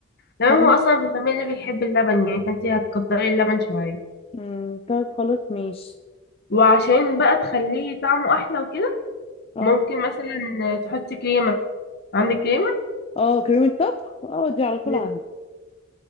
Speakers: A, on the left (about 55°); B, on the left (about 30°).
A: تمام
B: طيب
A: هو اصلا البشاميل اللي بيحب اللبن يعني فانت هتكتري اللبن شويه
B: امم طيب خلاص ماشي
A: وعشان بقى تخليه طعمه احلى وكده
B: اه
A: ممكن مثلا تحطي كريمة عندك كريمة
B: اه كريمة طبخ اه دي على طول
A: مم.
B: عندي